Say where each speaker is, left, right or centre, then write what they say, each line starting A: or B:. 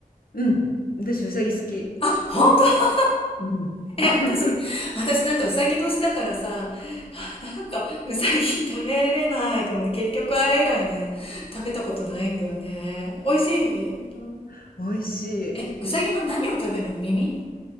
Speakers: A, on the left; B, on the left.
A: うん。私、うさぎ好き。
B: あ、本当
A: うん。
B: え、
A: <laughs>
B: 私、
A: あ、
B: 私なんかうさぎ年だからさ、なんかうさぎ食べれないと思って結局あれ以来ね、食べたことないんだよね。美味しい
A: 本当美味しい。
B: え、うさぎの何を食べるの耳